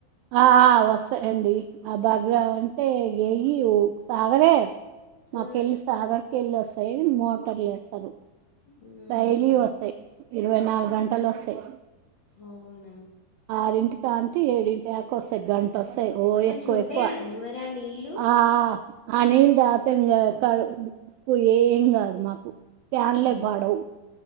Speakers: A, on the right; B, on the left.
A: ఆ ఆ వస్తాయండి ఆ బగ్రా అంటే ఎయి ఓ సాగరే మాకెళ్ళి
B: ఆ!
A: సాగర్కి వెళ్ళి వస్తాయి మోటార్లు వేస్తరు
B: హుహు.
A: డైలీ వస్తాయి ఇరవై నాలుగు గంటలు వస్తాయి
B: అవునా
A: ఆరింటి కాంటే ఏడింటియకు వస్తాయ్ గం ట వస్తాయ్ ఓ
B: మంచిగా
A: ఎక్కువ
B: ఉంటాయా
A: ఎక్కువ
B: అండి మరి ఆ నీళ్ళు?
A: ఆ ఆ నీళ్లు తాగుతే ఇంగ కడుపు ఏం గాదు మాకు క్యాన్లే
B: హ్మ్.
A: పడవు